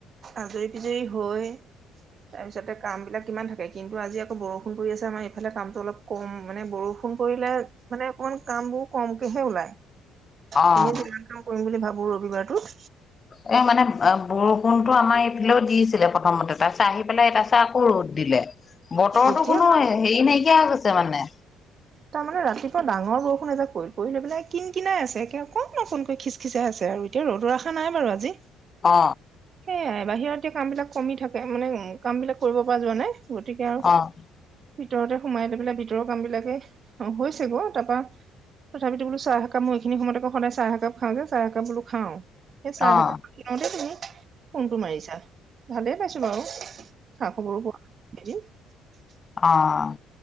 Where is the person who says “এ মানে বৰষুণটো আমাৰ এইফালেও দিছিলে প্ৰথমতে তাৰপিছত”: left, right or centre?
Left